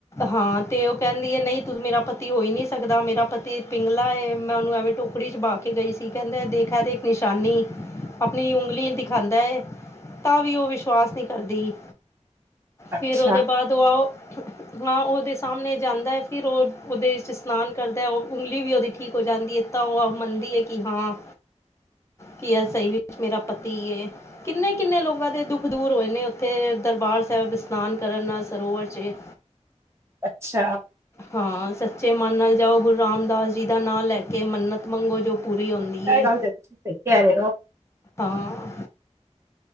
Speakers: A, on the left; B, on the right.
A: ਹਾਂ ਤੇ ਉਹ ਕਹਿੰਦੀ ਹੈ ਨਹੀਂ ਤੂੰ ਮੇਰਾ ਪਤੀ ਹੋ ਹੀ ਨਹੀ ਸਕਦਾ ਮੇਰਾ ਪਤੀ ਪਿੰਗਲਾ ਹੈ ਮੈਂ ਉਹਨੂੰ ਐਵੇਂ ਟੋਕ ਕੁਖੜੀ ਚ ਪਾ ਕੇ ਗਈ ਸੀ ਕਹਿੰਦਾ ਦੇਖਿਆ ਦੇਖ ਨਿਸ਼ਾਨੀ ਆਪਣੀ ਉਂਗਲੀ ਦਿਖਾਦਾ ਹੈ। ਤਾਂ ਵੀ ਉਹ ਵਿਸ਼ਵਾਸ ਨਹੀਂ ਕਰਦੀ
B: ਅੱਛਾ,
A: ਫਿਰ ਉਹਦੇ ਬਾਅਦ ਉਹ ਹਾਂ ਉਹਦੇ ਸਾਹਮਣੇ ਜਾਂਦਾ ਹੈ ਫਿਰ ਉਹ ਉਹਦੇ ਸਸ਼ਨਾਨ ਕਰਦਾ ਹੈ ਉਂਗਲੀ ਵੀ ਉਹਦੀ ਠੀਕ ਹੋ ਜਾਂਦੀ ਹੈ ਤਾਂ ਉਹ ਮੰਨਦੀ ਹੈ ਕਿ ਹਾਂ ਕੀ ਐ ਸਹੀ ਵੀ ਮੇਰਾ ਪਤੀ ਕਿੰਨੇ ਕਿੰਨੇ ਲੋਕਾਂ ਦੇ ਦੁਖ ਦੂਰ ਹੋਏ ਨੇ ਉੱਥੇ ਦਰਬਾਰ ਸਾਹਿਬ ਇਸ਼ਨਾਨ ਕਰਨ ਨਾਲ ਸਰੋਵਰ ਛੇ਼
B: ਅੱਛਾ!
A: ਹਾਂ ਸੱਚੇ ਮਨ ਨਾਲ ਜਾਓ ਗੁਰੂ ਰਾਮਦਾਸ ਜੀ ਦਾ ਨਾਂ ਲੈ ਕੇ ਮੰਨਤ ਮੰਗੋ ਜੋ ਪੂਰੀ ਹੁੰਦੀ ਹੈ
B: ਇਹ ਗੱਲ ਤੇ ਤੁਸੀਂ ਸ ਕਹਿ ਰਹੇ ਹੋ
A: ਹਾਂ